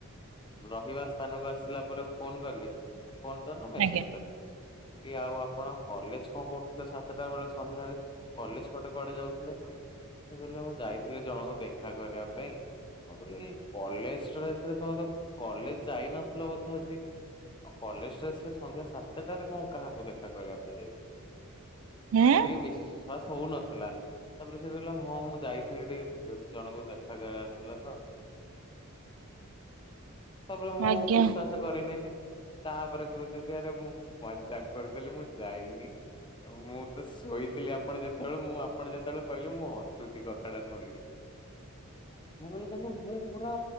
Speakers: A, on the left; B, on the right.
A: ରହିବା ସ୍ଥାନକୁ ଆସିଲା ପରେ ଫୋନ୍ କଲି। ଫୋନ୍ ତ ନୁହଁ ମେସେଜ୍
B: ଆଜ୍ଞା
A: କଲି। କି ଆଉ ଆପଣ କଲେଜ୍ କଣ କରୁ ଥିଲେ ସାତଟା ବେଳେ ସନ୍ଧ୍ୟାରେ, କଲେଜ ପଟେ କୁଆଡେ ଯାଉଥିଲେ? ସେ କହିଲେ ମୁଁ ଯାଇ କହିଲେ ଜଣଙ୍କୁ ଦେଖା କରିବା ପାଇଁ। କହିଲି କଲେଜ ଡ୍ରେସ୍ ରେ ତମେ ତ କଲେଜ ଯାଇନଥିଲ ବୋଧ ଆଜି? ଆଉ କଲେଜ ଡ୍ରେସ ରେ ସନ୍ଧ୍ୟା ସାତଟାରେ କଣ କାହାକୁ ଦେଖା କରିବା ପାଇଁ ଯାଇଥିଲେ?
B: ହୁଁ
A: ମତେ ଟିକେ ବିଶ୍ଵାସ ହଉନଥିଲା ତାପରେ ସେ କହିଲା ହଁ ମୁଁ ଯାଇ ବୋଲି ଟିକେ ଜଣଙ୍କୁ ଦେଖା କରିବାର ଥିଲା ତ। ତାପରେ ମୁଁ
B: ଆଜ୍ଞା
A: ବିଶ୍ୱାସ କରିନେଲି ତାପରେ କହୁଛନ୍ତି ଆରେ ମୁଁ ମଜାକ କରୁଥିଲି ମୁଁ ଯାଇନି। ମୁଁ ତ ଶୋଇଥିଲି ଆପଣ ଯେତେବେଳେ ମୁଁ ଆପଣ ଯେତେବେଳେ କହିଲେ ମୁଁ ହସୁଛି କ ଏଡା ଶୁଣିକି ମୁଁ କହିଲି କେମିତି ମୁଁ ପୁରା